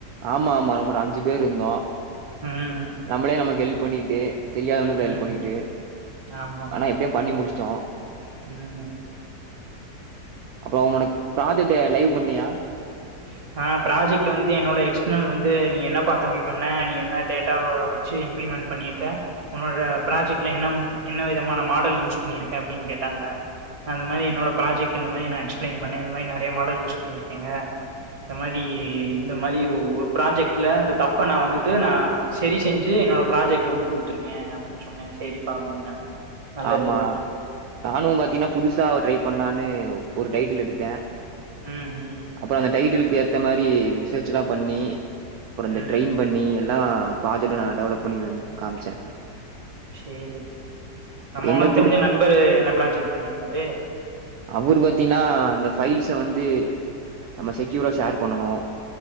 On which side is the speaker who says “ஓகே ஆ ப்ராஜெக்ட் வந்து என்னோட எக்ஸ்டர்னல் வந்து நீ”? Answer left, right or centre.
Right